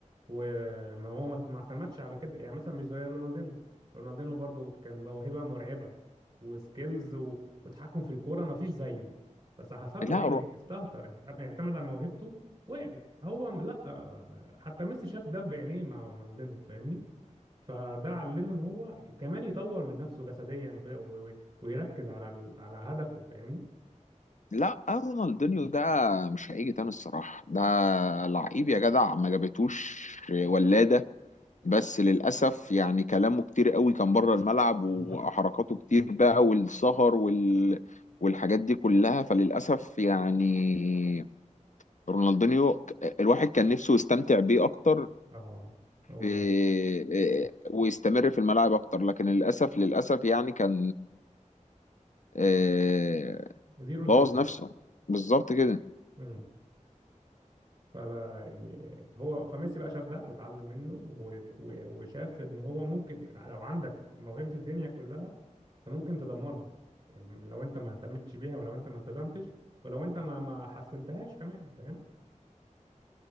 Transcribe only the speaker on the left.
لا
لا آه، رونالدينيو ده مش هيجي تاني الصراحة ده لعيب يا جدع ما جابتوش ولادة بس للأسف يعني كلامه كتير قوي كان بره الملعب
وحركاته كتير بقى والسهر وال... والحاجات دي كلها فللأسف يعني رونالدينيو الواحد كان نفسه يستمتع بيه أكتر
إيه، إيه، ويستمر في الملاعب أكتر لكن للأسف للأسف يعني كان إيه،
بوظ نفسه بالظبط كده